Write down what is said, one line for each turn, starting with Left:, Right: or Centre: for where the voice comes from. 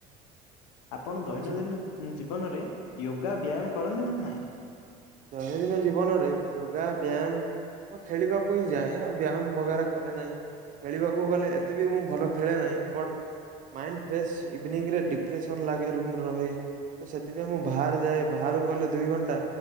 Left: ଆପଣ ଦୈନନ୍ଦିନ
Right: ବୁଝ
Left: ଉଁ ଜୀବନରେ ୟୋଗା ବ୍ୟାୟାମ କରନ୍ତି ନା ନାଇଁ?
Right: ଦୈନନ୍ଦିନ ଜୀବନରେ ୟୋଗା ବ୍ୟାୟାମ। ହଁ ଖେଳିବାକୁ ହିଁ ଯାଏ ଆଉ ବ୍ୟାୟାମ ବଗେରା କରେ ନାହିଁ ଖେଳିବାକୁ ଗଲେ ଏତେ ବି ମୁଁ ଭଲ ଖେଳେ ନାହିଁ ବଟ୍। ମାଇଣ୍ଡ ଫ୍ରେସ ଇଭିନିଙ୍ଗ ରେ ଡିପ୍ରେସନ ଲାଗେ ରୁମରେ ରହି ତ ସେଥିପାଇଁ ମୁଁ ବାହାରେ ଯାଏ ବା ଇଆଡୁ ଗଲେ ଦୁଇ ଘଣ୍ଟା।